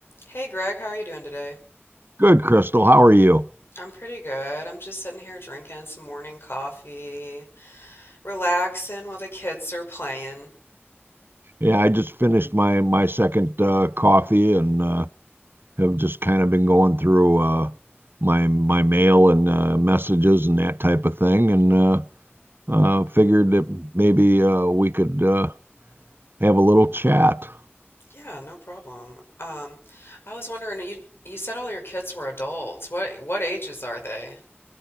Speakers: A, on the left; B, on the right.
A: Hey Greg, how are you doing today?
B: Good, Crystal. How are you?
A: I'm pretty good. I'm just sitting here drinking some morning coffee, relaxing while the kids are playing.
B: Yeah, I just finished my my second uh, coffee and uh, have just kind of been going through uh, my my mail and uh, messages and that type of thing, and uh, uh, figured that maybe uh, we could uh, have a little chat.
A: Yeah, no problem. Um, I was wondering, you you said all your kids were adults. What what ages are they?